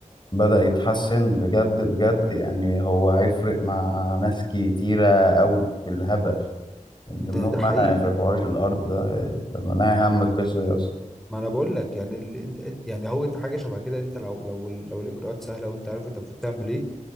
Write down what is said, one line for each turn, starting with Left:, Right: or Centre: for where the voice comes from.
Left: بدأ يتحسن بجد بجد يعني هو هيفرق مع ناس كتيرة أوي بالهبل من
Centre: ده
Left: ضمنهم
Centre: ده حقيقي
Left: أنا في حوار
Centre: يعني.
Left: الأرض ده لما أنا هم القصة دي أصلا
Centre: ما انا بقول لك يعني ال... إنت- إنت- يعني هو إنت حاجه شبه كده انت لو لو لو الاجراءات سهله وانت عارف انت المفروض تعمل ايه